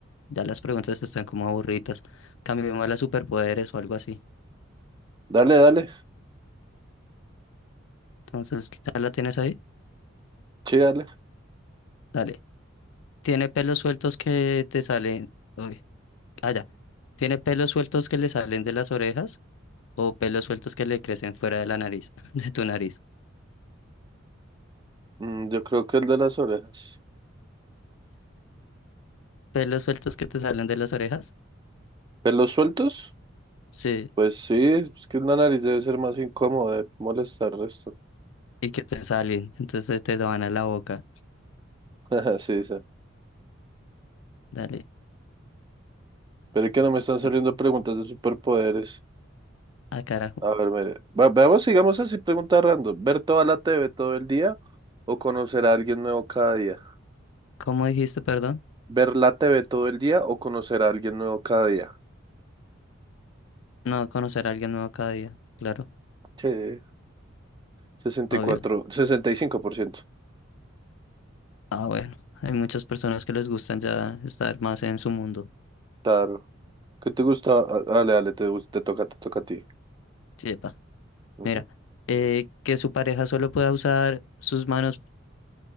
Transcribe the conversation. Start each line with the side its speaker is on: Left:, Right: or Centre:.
Left: ya las preguntas están como aburridas. Cambiemos a las superpoderes o algo así.
Right: Dale, dale,
Left: Entonces, ¿ya la tienes ahí?
Right: sí, dale.
Left: Dale. Tiene pelos sueltos que te salen. Uy, allá. ¿Tiene pelos sueltos que le salen de las orejas o pelos sueltos que le crecen fuera de la nariz, <laughs> de tu nariz?
Right: Mm, yo creo que el de las orejas.
Left: ¿Pelos sueltos que te salen de las orejas?
Right: ¿Pelos sueltos?
Left: Sí,
Right: Pues sí, es que la nariz debe ser más incómodo de molestar esto.
Left: y que te salen. Entonces te van a la boca.
Right: <laughs> Sí, sí.
Left: Dale.
Right: Pero es que no me están saliendo
Left: Et-
Right: preguntas de superpoderes.
Left: Ah, carajo.
Right: A ver, mire. va- veamos, sigamos así, pregunta random. ¿Ver toda la T V todo el día o conocer a alguien nuevo cada día?
Left: ¿Cómo dijiste, perdón?
Right: ¿Ver la T V todo el día o conocer a alguien nuevo cada día?
Left: No, conocer a alguien nuevo cada día. Claro,
Right: Sí, sesenta
Left: obvio.
Right: y cuatro, sesenta y cinco por ciento.
Left: Ah, bueno. Hay muchas personas que les gustan ya estar más en su mundo.
Right: Claro. ¿Qué te gusta? Ah, Dale, dale, te, gus- te toca, te toca a ti.
Left: Sí,
Right: Ujú.
Left: Mira, eh, que su pareja solo pueda usar sus manos.